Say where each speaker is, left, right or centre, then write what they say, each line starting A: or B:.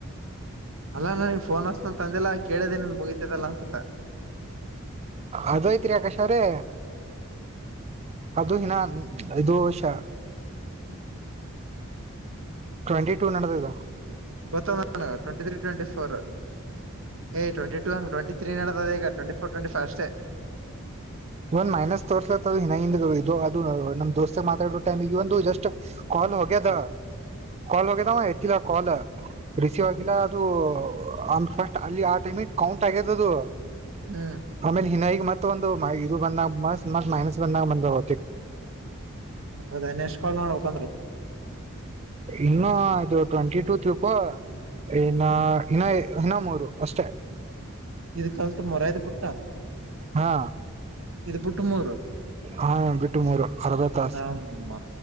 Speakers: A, on the right; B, on the right.
A: ಅಲ್ಲಾ ಅಲ್ಲಾ ನನಗ್ ಫೋನ್ ಹೆಚ್ತನಿ ಅಂತ ಅಂದಿಲ್ಲ ಕೇಳಿದೆ ನಿಂದ್ ಮುಗಿತದಲ್ಲ ಅಂತ.
B: ಅದ ಐತ್ರಿ ಆಕಾಶವ್ರೆ. ಅದು ಇನ್ನ ಇದು <unintelligible> ಟ್ವೆಂಟಿ ಟೂ ನಡದದ
A: ಗತ್ತಾನ ಟ್ವೆಂಟಿ ತ್ರೀ ಟ್ವೆಂಟಿ ಫೋರ್ ಏ ಟ್ವೆಂಟಿ ಟ ಟ್ವೆಟಿ ತ್ರೀ ನಡೆದ ಟ್ವೆಂಟ ಫೋರ್ ಟ್ವೆಂಟಿ ಫಸ್ಟ್
B: ಒಂದ್ ಮೈನಸ್ ತೋರ್ಸಲತ್ದು ಹಿನ ಹಿಂದ ಅದು ನಮ್ ದೋಸ್ತ ಮಾತಾಡೋ ಟೈಮ್ಗ ಒಂದು ಜಸ್ಟ್ ಕಾಲ್ ಹೋಗ್ಯದ ಕಾಲ್ ಹೋಗ್ಯದ ಅವ ಎತ್ತಿದ ಕಾಲ್. ರಿಸೀವ್ ಆಗಿಲ್ಲ ಅದು ಅ <unintelligible> ಅಲ್ಲಿ ಆ ಟೈಮಿಗೆ ಕೌಂಟ್ ಆಗ್ಯದ ಅದು.
A: ಹ್ಮ್
B: ಆಮೇಲೆ ಇನ ಈಗ ಮತ್ತ ಒಂದವು ಮ ಈಗೂ ಬಂದಾಗ ಮತ್ ಮತ್ ಮೈನಸ್ ಬಂದಾಗ ಬಂದವು.
A: ಹೌದಾ ಇನ್ನೂ ಎಷ್ಟು ಕಾಲ್ ಮಾಡ್ಬೇಕ್ ಬಂದ್ರ.
B: ಇನ್ನು ಇದು ಟ್ವೆಂಟಿ ಟೂ ತಿಳ್ಕೊ ಇನ್ನ
A: ಹ್ಮ್
B: ಇನ್ನ. ಇನ್ನ ಮೂರು ಅಷ್ಟೇ.
A: ಇದ್ ಕಲ್ತ್ ಮೊರಯದ್ ಬಿಟ್ಟ.
B: ಹಾ
A: ಇದ್ ಬಿಟ್ಟು ಮೂರು
B: ಹ <unintelligible> ಟುಮಾರೋ ಅರ್ದ ತಾಸ್.
A: ನಮ್ಮ